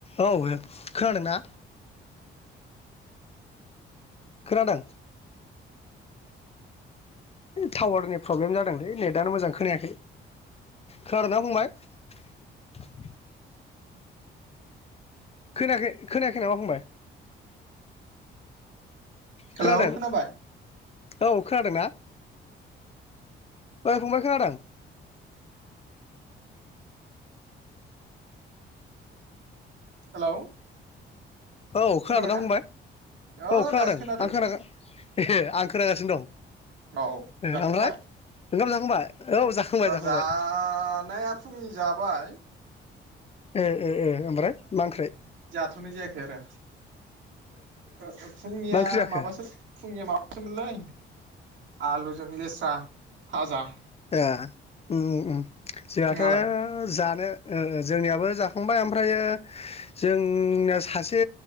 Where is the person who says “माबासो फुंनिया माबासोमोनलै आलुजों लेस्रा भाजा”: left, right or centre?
Right